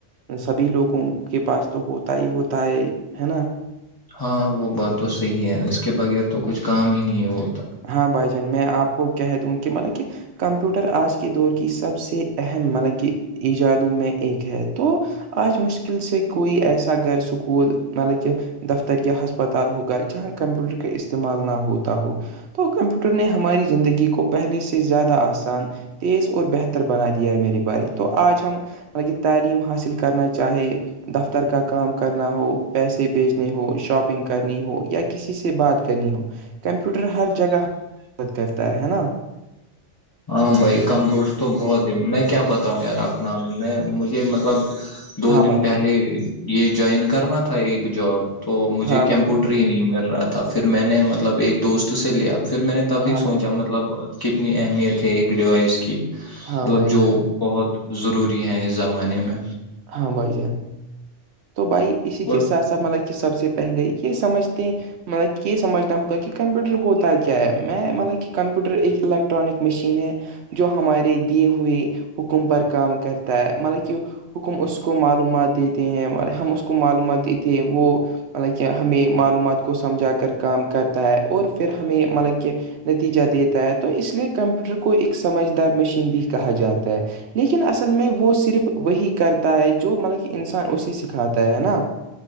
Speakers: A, on the right; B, on the left.
A: سبھی لوگوں کے پاس تو ہوتا ہی ہوتا ہے نا
B: ہاں وہ بات تو صحیح ہے اس کے بغیر تو کچھ کام ہی نہیں ہو
A: ہاں بھائی جان میں آپ کو کہہ دوں کہ مطلب کہ کمپیوٹر آج کے دور کی سب سے اہم مطلب کہ ایجادوں میں ایک ہے تو آج مشکل سے کوئی ایسا گھر سکول مطالب کہہ دفتر یا ہسپتال ہوگا جہاں کمپیوٹر کا استعمال نہ ہوتا ہو تو کمپیوٹر نے ہماری زندگی کو پہلے سے زیادہ آسان تیز اور بہتر بنا دیا ہے میرے بھائی تو آج ہم مطلب کہ تعلیم حاصل کرنا چاہے دفتر کا کام کرنا ہو پیسے بھیجنے ہو شاپنگ کرنی ہو یا کسی سے بات کرنی ہو کمپیوٹر ہر جگہ
B: <unintelligible>
A: مد کرتا ہے ہے نا
B: ہاں بھائی کمپیوٹر تو بہت ہی میں کیا بتاؤں یار اپنا میں مجھے مطلب دو
A: ہاں
B: دن
A: بھائی
B: پہلے
A: جان
B: یہ جوائن کرنا تھا ایک جاب تو مجھے
A: ہاں
B: کمپیوٹر
A: بھائی جان
B: ہی نہیں مل رہا تھا پھر میں نے مطلب ایک دوست سے لیا پھر میں نے تبھی
A: ہاں
B: سوچا
A: بھائی جان
B: مطلب کتنی اہمیت ہے ایک ڈیوائس کی
A: ہاں
B: مطلب
A: بھائی
B: جو
A: جان
B: بہت ضروری ہیں اس زمانے میں
A: ہاں بھائی جان تو بھائی اسی
B: اور
A: کے ساتھ ساتھ مطلب کہ سب سے پہلے یہ سمجھتے ہیں مطلب یہ سمجھنا ہوگا کہ کمپیوٹر ہوتا کیا ہے میں مطلب کہ کمپیوٹر ایک الیکٹرانک مشین ہے جو ہمارے دیے ہوئے حکم پر کام کرتا ہے مطلب کہ حکم اس کو معلومات دیتے ہیں ہم اس کو معلومات دیتے ہیں وہ مطلب کہ ہمیں معلومات کو سمجھا کر کام کرتا ہے اور پھر ہمیں مطلب کہ نتیجہ دیتا ہے تو اس لیے کمپیوٹر کو ایک سمجھدار مشین بھی کہا جاتا ہے لیکن اصل میں وہ صرف وہی کرتا ہے جو مطلب کہ انسان اسے سکھاتا ہے نا